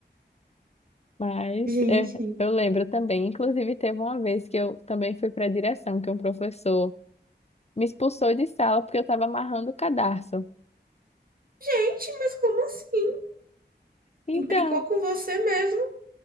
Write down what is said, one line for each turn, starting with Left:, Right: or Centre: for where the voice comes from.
Left: Mas
Right: Gente,
Left: <laughs> é, eu lembro também, inclusive teve uma vez que eu também fui para a direção, que um professor me expulsou de sala porque eu estava amarrando o cadarço.
Right: gente, mas como assim?
Left: Então,
Right: Implicou com você mesmo?